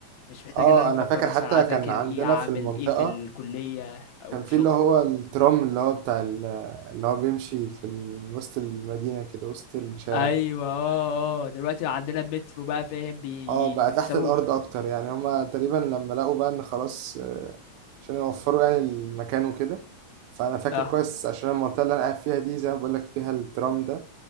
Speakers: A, on the left; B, on the right.
A: مش محتاج
B: اه
A: ان انا
B: انا
A: افكر
B: فاكر
A: مثلا
B: حتى
A: اذاكر
B: كان عندنا
A: ايه اعمل
B: في المنطقة
A: ايه في الكلية او
B: كان
A: الشغل
B: في اللي هو الترام اللي هو بتاع ال- اللي هو بيمشي في ال- وسط المدينة كده وسط الشارع
A: ايوه اه اه دلوقتي عندنا المترو بقى فاهم بيصاروخ
B: اه بقى تحت الأرض أكتر يعني هما تقريبا لما لقوا بقى إن خلاص آه، عشان يوفروا يعني المكان وكده فأنا فاكر
A: اه
B: كويس عشان المنطقة اللي أنا قاعد فيها دي زي ما بقولك فيها الترام ده